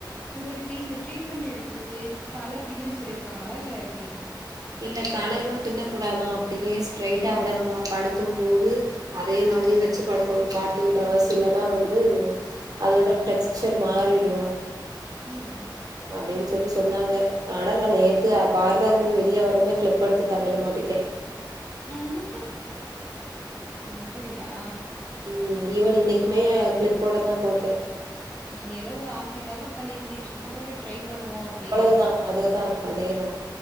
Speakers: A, on the left (about 20°); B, on the right (about 50°).
A: உங்களுக்கு இந்த ட்ரீட்மெண்ட் எடுத்ததுக்கு தல பின்ன சொல்லியிருக்காங்களா இல்ல எப்டி
B: இல்ல தலயெலா பின்ன கூடாதா அப்டியே ஸ்ட்ரைட்டா விடணுமா படுக்கும் போது அதே மாரி வச்சு படுக்கணு ஃபார்ட்டி எயிட் ஹவர்ஸ் இல்லன்னா வந்து அதோட டெக்ஸ்சர் மாறிடு
A: ம்.
B: அப்டின் சொல்லி சொன்னாங்க ஆனா நா நேத்தே பார்லர்ந்து வெ வெளிய வரவுமே கிளிப் எடுத்து தலைல மாட்டிப்பே
A: ம் ம் அப்பிடியா
B: ம் ஈவன் இன்னைக்குமே கிளிப் போட தா போட்டே
A: நீங்க ஏதோ ஒரு ஆசைக்காக பண்ணிருக்கீய சும்மா ஒரு ட்ரை பண்ணுவோம் அப்படின்னு.
B: அவ்ளவு தா அதேதா அதேதா